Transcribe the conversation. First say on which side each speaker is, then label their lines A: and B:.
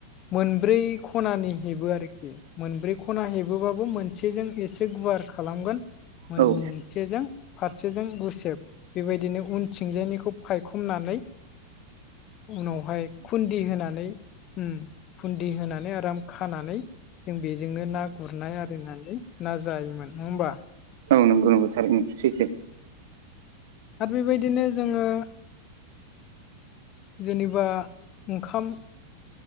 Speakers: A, on the left (about 35°); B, on the right (about 70°).
A: मोनब्रै खनानि हेबो आरोखि मोनब्रै खना हेबोबाबो मोनसेजों एसे गुवार खालामगोन मोन
B: औ
A: सेजों फारसेजों गुसेब बेबायदिनो उनथिंजायनिखौ फायखमनानै उनावहाय फुन्दि होनानै उम फुन्दि होनानै आराम खानानै जों बेजोंनो ना गुरनाय आरिनानै ना जायोमोन नङा होमबा?
B: औ नंगौ-नंगौ थारैनो सैथो।
A: उम बेबायदिनो जोङो जेनेबा ओंखाम